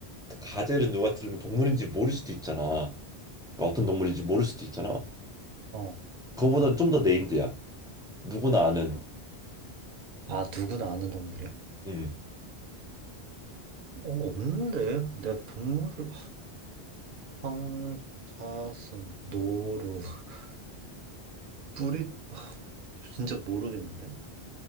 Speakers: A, in the centre; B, on the right.
A: 가젤은 누가 들으면 동물인지 모를 수도 있잖아. 그러니까 어떤 동물인지 모를 수도 있잖아.
B: 어.
A: 그거보단 좀 더 네임드야. 누구나 아는.
B: 아, 누구나 아는 동물이야?
A: 음.
B: 어, 없는데? 내 동물을, 황, 사슴, 노루, <laughs> 뿌리, 아, 진짜 모르겠는데?